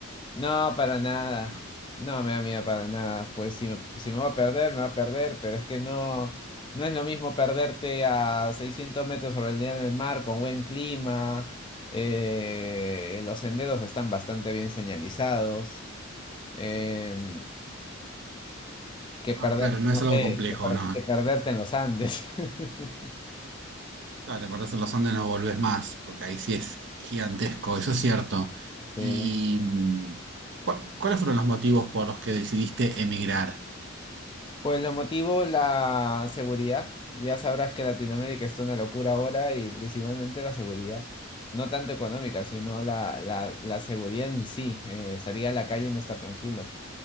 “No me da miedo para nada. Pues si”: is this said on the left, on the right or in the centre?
Left